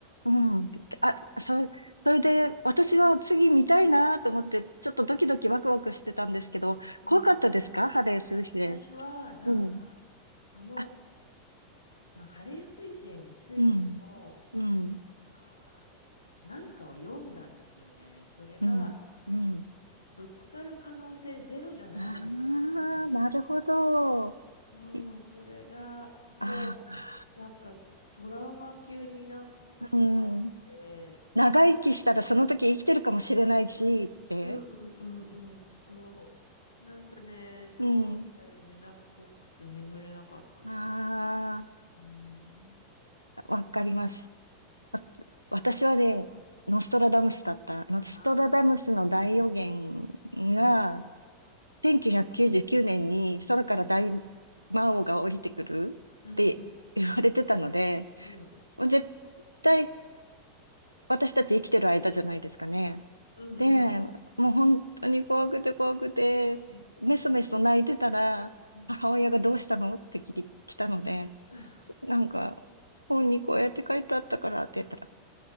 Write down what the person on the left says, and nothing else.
うんうん
私は、なんか、
その、
なんかハレー彗星についての、
か、なんかを読んだんですよね。それが、
ぶつかる可能性ゼロじゃないみたいな。
そう、
それが、もう、
なんか、トラウマ級になんかこ怖くて、
うんうんうんうん、そう。なんかね、そうなんだよね。
なんか怖くて眠れなかった記憶。
うん。
怖い。
ああ
あ、うん、
うん、
うん、うん、うん、
うん、
うん、
うん、
うん、うん。
<laughs>